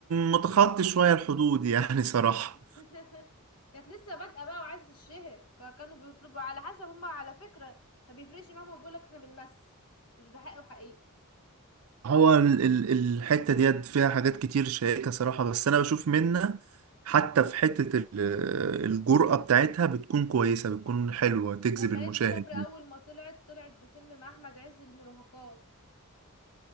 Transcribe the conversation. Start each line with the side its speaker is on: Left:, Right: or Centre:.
Right: متخطي شوية الحدود يعني <laughs> صراحة
Left: <laughs> كانت لسه بادئة بقى وعايزة تتشهر فكانوا بيطلبوا على حسب هما على فكرة ما بيفرقش معاهم بيقولك احنا بنمثل مش بحق وحقيقي
Right: هو ال- ال- الحتة ديت فيها حاجات كتير شائكة صراحة بس أنا بشوف منها حتى في حتة ال- الجرأة بتاعتها بتكون كويسة بتكون حلوة تجذب
Left: طب ما
Right: المشاهد
Left: هند صبري اول ما طلعت طلعت بفيلم مع احمد عز المراهقات